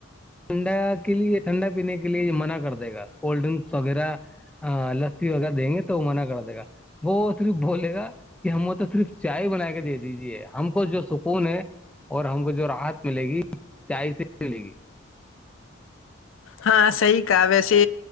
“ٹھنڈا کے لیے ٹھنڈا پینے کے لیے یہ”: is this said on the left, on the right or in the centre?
Centre